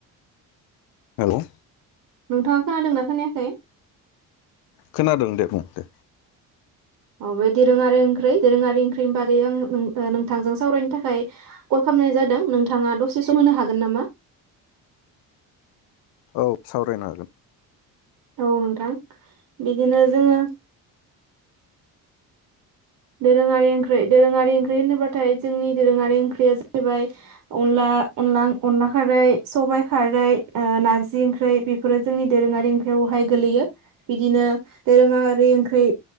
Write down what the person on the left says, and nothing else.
हेलौ
खोनादों दे बुं दे।
औ सावरायनो हागोन